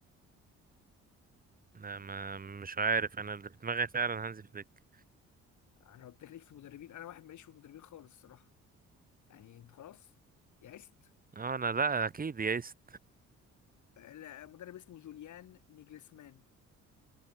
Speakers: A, on the right; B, on the left.
A: لا ما مش عارف انا اللي في دماغي فعلا هانزي فليك
B: انا قلت لك ليك في المدربين انا واحد ماليش في المدربين خالص الصراحه يعني انت خلاص يئست
A: اه انا لا اكيد يا ايست
B: لا، مدرب اسمه جوليان نيجلسمان